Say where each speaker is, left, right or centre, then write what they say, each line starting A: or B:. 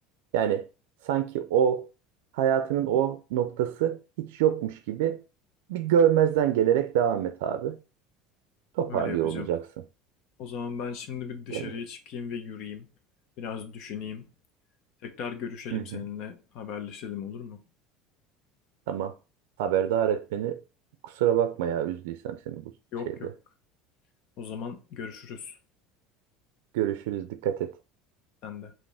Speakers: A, on the right; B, on the left.
A: Yani sanki o hayatının o noktası hiç yokmuş gibi bir görmezden gelerek devam et abi. Toparlıyor
B: öyle yapacağım.
A: olacaksın
B: O zaman ben şimdi bir dışarıya
A: beni.
B: çıkayım ve yürüyeyim. Biraz düşüneyim. Tekrar görüşelim
A: Hı hı.
B: seninle, haberleşelim olur mu?
A: Tamam. Haberdar et beni. Kusura bakma ya üzdüysem seni bu
B: Yok
A: şeyde.
B: yok. O zaman görüşürüz.
A: Görüşürüz. Dikkat et.
B: Sen de.